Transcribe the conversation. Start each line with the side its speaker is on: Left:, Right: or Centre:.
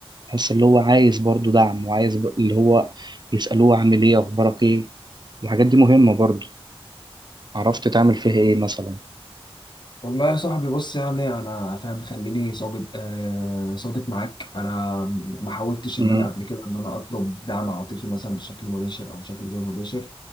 Right: يحس اللي هو عايز برضه دعم وعايز ب- اللي هو يسالوه عامل ايه اخبارك ايه الحاجات دي مهمه برضه عرفت تعمل فيها ايه مثلا
Left: والله يا صاحبي بص يعني انا فاهم خليني صادق آه صادق معاك انا ما حاولتش
Right: امم
Left: ان انا قبل كده ان انا اطلب دعم عاطفي مثلا بشكل مباشر او بشكل غير مباشر